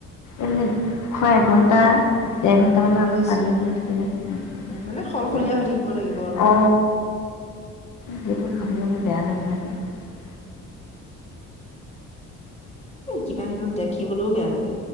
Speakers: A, on the left; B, on the left.
A: এনে হয় এঘণ্টা দেৰ ঘন্টামানৰ
B: বুজিছো,
A: আগত পানী দি
B: উম,
A: থলে
B: উম, মানে শলশলীয়া হৈ থাকিব লাগিব আৰু
A: অ সেইটো
B: উম,
A: খাবলৈ মোৰ বেয়া লাগে ৰাতি দিয়াটো
B: ওম কিবা এডাল দেখিবলৈও বেয়া লাগে।